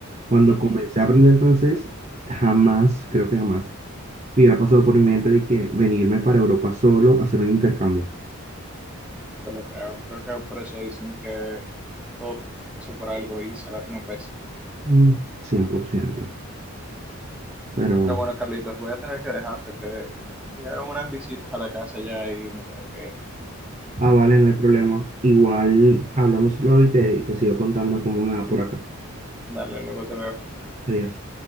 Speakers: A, on the right (about 30°); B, in the centre.
A: Cuando
B: Ujú,
A: comencé a aprender francés, jamás, creo que jamás, me hubiera pasado por mi mente de que venirme para Europa solo a hacer un intercambio.
B: Te lo creo, creo que por eso dicen que todo pasa por algo y saber no pesa.
A: Mm, 100%. Pero,
B: Pero bueno, Carlitos, voy a tener que dejarte que llegaron unas visitas a la casa ya y me tengo que ir.
A: ah, vale, no hay problema. Igual hablamos luego y te, y te sigo contando cómo me va por acá.
B: Dale, luego te veo.
A: Adiós.